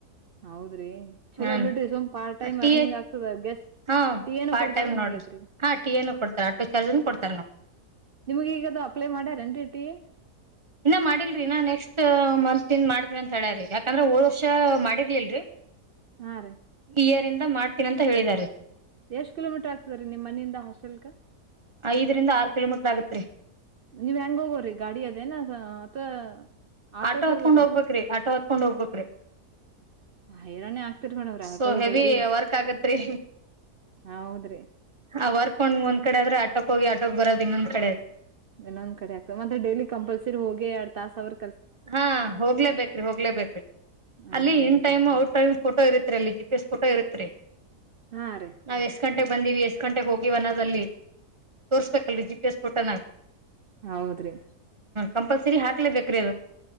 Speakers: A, on the right; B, on the right.
A: ಹೌದ್ರಿ ಚುಲೋ
B: ಹನ್
A: ಬಿಡ್ರಿ ಸುಮ್ ಪಾರ್ಟ್ ಟೈಮ್
B: ಟೀ
A: ಅರ್ನಿಂಗ್ ಆಗ್ತದ ಗೆಸ್
B: ಹಾ
A: ಟಿ ಎ ನು
B: ಪಾರ್ಟ್
A: ಕೊಡ್ತಾರ
B: ಟೈ್
A: ನಂಗ
B: ನೋಡ್ರಿ
A: ಐತ್ರಿ
B: ಹಾ ಟೀ ಏ ನು ಕೊಡ್ತಾರ ಆಟೋ ಚಾರ್ಜುನು ಕೊಡ್ತಾ
A: ನಿಮ್ಗ ಈಗದು ಅಪ್ಲೈ ಮಾಡ್ಯಾರ ಟಿ ಎ
B: ಇನ್ನ ಮಾಡಿಲ್ರಿ ಇನ್ನ ನೆಕ್ಸ್ಟ್ ಮಂತ್ ಇಂದ ಮಾಡ್ತಿವಿ ಅಂತ ಹೇಳ್ಯಾರೀ ಯಾಕಂದ್ರ ಹೋದ ವರ್ಷ ಮಾಡಿರ್ಲಿಲ್ರೀ ಈ
A: ಹಾ ರೀ
B: ಇಯರಿಂದ ಮಾಡ್ತೀನಿ ಅಂತ ಹೇಳಿದಾರೀ.
A: ಎಷ್ಟ್ ಕಿಲೋಮೀಟರ್ ಆಗ್ತದ ರೀ ನಿಮ್ ಮನೆಯಿಂದ ಹಾಸ್ಟೆಲ್ಕ.
B: ಐದರಿಂದ ಆರು ಕಿಲೋಮೀಟರ್ ಆಗತ್ರಿ.
A: ನೀವ್ ಹೆಂಗ ಹೋಗೋರಿ ಗಾಡಿ ಅದೇನ ಅಥವಾ ಆಟೋಕ್
B: ಆಟೋ ಹತ್ಕೊಂಡ್
A: ಹೋಗೋರಿ
B: ಹೋಗ್ಬೇಕ್ರೀ ಆಟೋ ಹತ್ಕೊಂಡ್ ಹೋಗ್ಬೇಕ್ರೀ.
A: ಹೈರಾಣೆ ಆಗ್ತಿರಿ ಮೇಡಮ್ರೀ
B: so
A: auto
B: heavy
A: daily
B: work ಆಗತ್ರಿ.
A: ಹೌದ್ರಿ
B: ಆ ವರ್ಕೊಂದ್ ಒಂದ್ ಕಡೆ ಆದ್ರೆ ಆಟೋಕ್ ಹೋಗಿ ಆಟೋಕ್ ಬರೋದು ಇನ್ನೊಂದ್ ಕಡೆ.
A: ಇನ್ನೊಂದ್ ಕಡೆ ಆಗ್ತದೆ ಮತ್ತೆ ಡೈಲಿ ಕಂಪಲ್ಸರಿ ಹೋಗಿ ಎರಡ್ ತಾಸ ಆದ್ರ
B: ಹಾ ಹೋಗ್ಲೇಬೇಕ್ರಿ ಹೋಗ್ಲೇಬೇಕ್ರಿ.
A: ಹಾ
B: ಅಲ್ಲಿ ಇನ್ ಟೈಮ್
A: ರೀ
B: ಔಟ್ ಟೈಮ್ ಫೋಟೋ ಇರತ್ರಿ ಅಲ್ಲಿ ಜಿಪಿಎಸ್ ಫೋಟೋ ಇರುತ್ರೀ
A: ಹಾ ರೀ
B: ನಾವ್ ಎಷ್ಟ ಗಂಟೆಗ್ ಬಂದಿವಿ ಎಷ್ಟ್ ಗಂಟೆಗೆ ಹೋಗಿವಿ ಅನ್ನದಲ್ಲಿ ತೋರ್ಸ್ಬೇಕಲ್ರೀ ಜಿ ಪಿ ಎಸ್ ಫೋಟೋ ನಾ.
A: ಹೌದ್ರಿ
B: ಕಂಪಲ್ಸರಿ ಹಾಕ್ಲೇಬೇಕ ರೀ ಅದು.